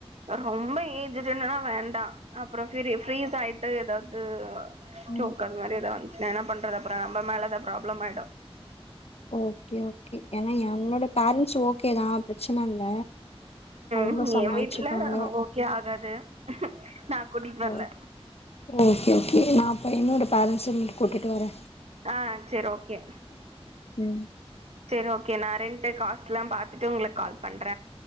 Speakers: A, on the right (about 90°); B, on the left (about 75°).
A: அ ரொம்ப ஏஜ்ஜுடுன்னா வேண்டா அப்புற ஃப்ரீ ஃப்ரீஸ் ஆயிட்டு ஏதாவது ஸ்ட்ரோக்
B: ம்
A: அந்த மாரி எதா வந்துச்சுன்னா என்ன பண்றது அப்புற நம்ப மேலதா ப்ராப்ளம் ஆய்டு
B: ஓகே ஓகே ஏன்னா எங்களோட பேரண்ட்ஸ் ஓகேதா பிரச்சனை இல்ல அவங்க
A: ம்
B: சமாளிச்சுப்பாங்க
A: என் வீட்ல ஓகே ஆகாது நா கூட்டிட்டு வர்ல
B: ஓ ஓகே ஓகே நா அப்ப என்னோட பேரண்ட்ஸும் கூட்டிட்டு வரே
A: ஆ செர் ஓகே
B: ம்
A: செரி ஓகே நா ரெண்ட்டு காஸ்ட்லா பாத்துட்டு உங்களுக்கு கால் பண்ற